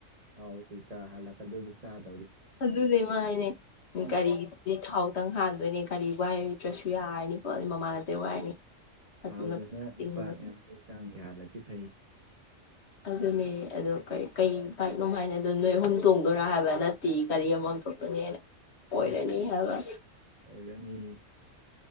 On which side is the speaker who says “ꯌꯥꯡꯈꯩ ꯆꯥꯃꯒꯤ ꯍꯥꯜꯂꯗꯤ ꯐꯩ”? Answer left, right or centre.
Right